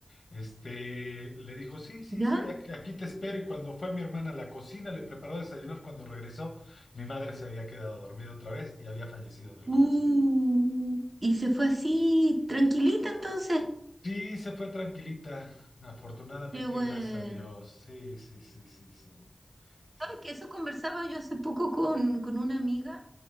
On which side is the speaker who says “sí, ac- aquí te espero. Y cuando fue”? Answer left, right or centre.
Left